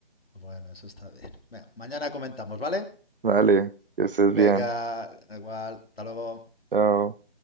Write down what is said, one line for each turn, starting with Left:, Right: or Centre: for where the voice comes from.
Left: bueno, eso está bien. Venga, mañana comentamos, ¿vale?
Right: Vale, que estés
Left: Venga,
Right: bien.
Left: igual, hasta luego.
Right: Chao.